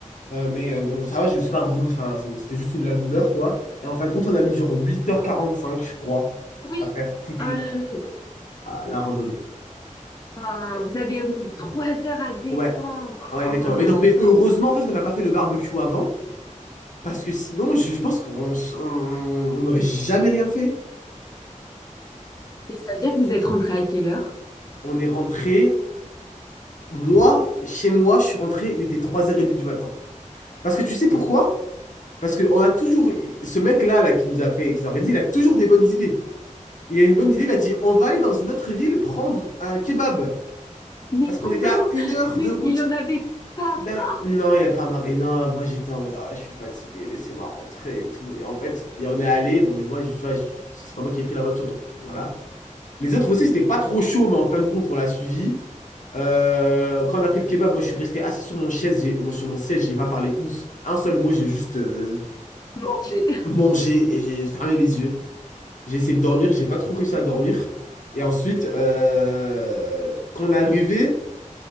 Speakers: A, on the left; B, on the left.
A: Euh, mais euh, bon, ça va, je me suis pas... re- Enfin, ça me- c'était juste une- la douleur, quoi. Et en fin de compte, on a mis genre huit heures quarante cinq je crois,
B: Oui.
A: à faire toute
B: Oh là
A: la,
B: là.
A: la randonnée.
B: Ah, vous avez mis trois heures à descendre.
A: Ouais, ouais, exactement.
B: Oh là
A: Mais donc, mais
B: là.
A: heureusement en fait qu'on n'a pas fait le barbecue avant, parce que sinon, je, je pense qu'on s- on on n'aurait jamais rien fait.
B: Mais ça veut dire que vous êtes rentré à quelle heure?
A: On est rentré, moi, chez moi, je suis rentré, il était 3h30 du matin. Parce que tu sais pourquoi? Parce que on a toujours, ce mec-là, là, qui nous a fait, qui nous a organisé, il a toujours des bonnes idées. Il a une bonne idée, il a dit, on va aller dans une autre ville prendre un kebab.
B: Mais
A: Parce qu'on
B: quoi?
A: était à une heure
B: Mais
A: de route.
B: il en avait pas
A: Là,
B: marre.
A: non, il n'y a pas marre. Et non, moi j'étais en mode, Ah, je suis fatigué, laissez-moi rentrer et tout. Et en fait, il y en est allé. Bon, moi, je- tu vois, je- c'est pas moi qui ai pris la voiture, donc euh, voilà. Les autres aussi, c'était pas trop chaud, mais en fin de compte, on l'a suivi. Euh, quand on a pris le kebab, moi je suis resté assis sur mon chaise, j'ai- moi, sur mon siège, j'ai pas parlé une- un seul mot, j'ai juste euh,
B: Manger.
A: mangé et j'ai fermé mes yeux. J'ai essayé de dormir, j'ai pas trop réussi à dormir. Et ensuite, euh, quand on est arrivé,